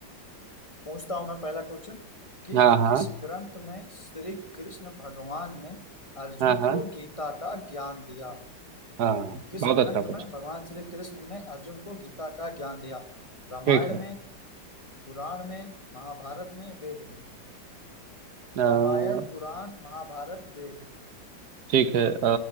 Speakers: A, on the left; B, on the right.
A: पूछता हूँ मैं पहला क्वेश्चन कि
B: हाँ हाँ
A: किस ग्रंथ में श्री कृष्ण भगवान ने अर्जुन
B: हाँ हाँ
A: को गीता का ज्ञान दिया
B: हाँ
A: किस
B: बहुत
A: ग्रंथ
B: अच्छा कुछ
A: में भगवान श्री कृष्ण ने अर्जुन को गीता का ज्ञान दिया रामायण
B: ठीक है
A: में पुराण में महाभारत में वेद में
B: अ,
A: रामायण पुराण महाभारत वेद
B: ठीक है अ,